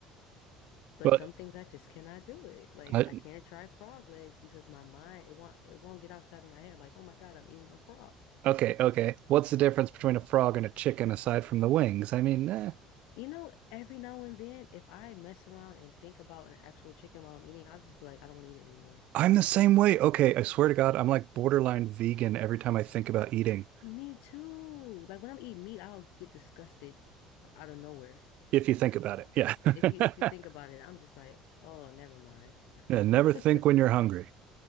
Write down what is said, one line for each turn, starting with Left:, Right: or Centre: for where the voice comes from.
Left: but
Right: but
Left: some things I just cannot do it. Like,
Right: uh,
Left: I can't try frog legs because my mind, it won't, it won't get outside of my head. Like, oh my God, I'm eating a frog.
Right: okay, okay. What's the difference between a frog and a chicken aside from the wings? I mean, eh,
Left: You know, every now and then, if I mess around and think about an actual chicken while I'm eating, I'll just be like, I don't want to eat it anymore.
Right: I'm the same way. Okay, I swear to God, I'm like borderline vegan every time I think about eating.
Left: Me too. Like when I'm eating meat, I'll get disgusted out of nowhere.
Right: If you think about it, yeah, <laughs>
Left: If you if you think about it, I'm just like, oh, never mind.
Right: yeah. Never
Left: <laughs>
Right: think when you're hungry.